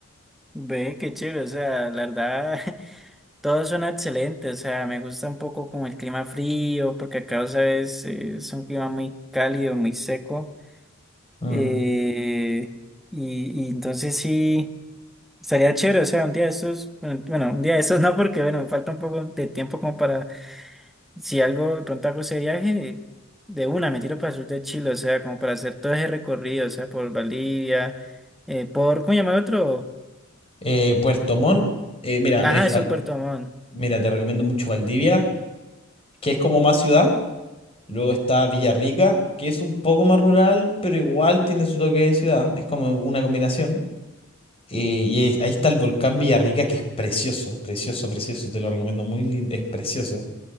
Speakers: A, in the centre; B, on the left.
A: Ve, qué chévere. O sea, la verdad, <laughs> todos son excelentes O sea, me gusta un poco como el clima frío, porque acá, ¿sabes? Eh, Es un clima muy cálido, muy seco.
B: Mm.
A: Eh, y, y entonces sí. Estaría chévere, o sea, un día de estos, bueno, bueno, un día de estos no, porque bueno, me falta un poco de tiempo como para si algo, de pronto hago ese viaje, de una me tiro para el sur de Chile, o sea, como para hacer todo ese recorrido, o sea, por Bolivia, eh, por, ¿cómo llamar otro?
B: Eh, Puerto Montt, eh, mira,
A: Ajá,
B: es,
A: eso,
B: Val-
A: Puerto Montt,
B: mira, te recomiendo mucho Valdivia, que es como más ciudad. Luego está Villarrica, que es un poco más rural, pero igual tiene su toque de ciudad. Es como una combinación. Eh, y es- ahí está el volcán Villarrica, que es precioso, precioso, precioso, te lo recomiendo, muy lindo, es precioso.